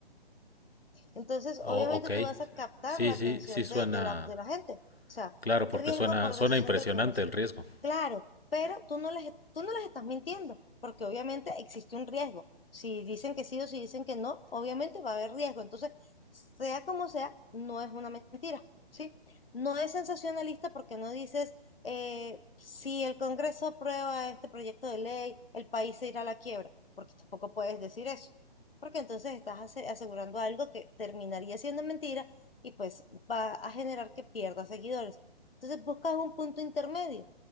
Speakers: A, on the left (about 70°); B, on the left (about 85°).
A: Entonces,
B: Oh,
A: obviamente
B: ok,
A: tú vas a captar
B: sí,
A: la atención
B: sí, sí suena,
A: de, de la, de la gente. O sea,
B: claro,
A: riesgo
B: porque suena,
A: por
B: suena
A: decisión
B: impresionante
A: del Congreso.
B: el riesgo.
A: Claro, pero tú no les, tú no les estás mintiendo, porque obviamente existe un riesgo. Si dicen que sí o si dicen que no, obviamente va a haber riesgo. Entonces, sea como sea, no es una mentira, ¿sí? No es sensacionalista porque no dices, eh, si el Congreso aprueba este proyecto de ley, el país se irá a la quiebra, porque tampoco puedes decir eso porque entonces estás ase- asegurando algo que terminaría siendo mentira y pues va a generar que pierdas seguidores. Entonces buscas un punto intermedio.